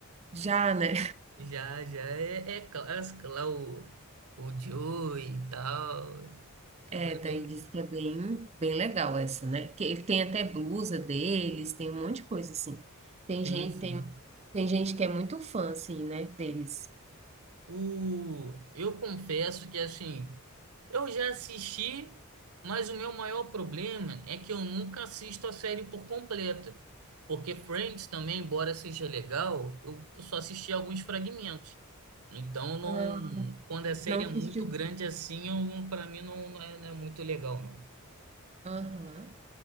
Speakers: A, on the right; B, on the right.
A: Já, né?
B: Já, já é, é clássico lá o, o Joey e tal. É,
A: É,
B: é
A: daí
B: bem
A: diz que é bem, bem legal essa, né? Que ele tem até blusa deles, tem um monte de coisa assim. Tem
B: Sim,
A: gente,
B: sim.
A: tem, tem gente que é muito fã, assim, né, deles.
B: O... Eu confesso que, assim, eu já assisti, mas o meu maior problema é que eu nunca assisto a série por completa. Porque Friends também, embora seja legal, eu só assisti alguns fragmentos. Então, não...
A: Ah,
B: quando a série
A: não
B: é
A: assistiu
B: muito grande
A: tudo.
B: assim, eu... para mim não não é, não é muito legal, não.
A: Aham.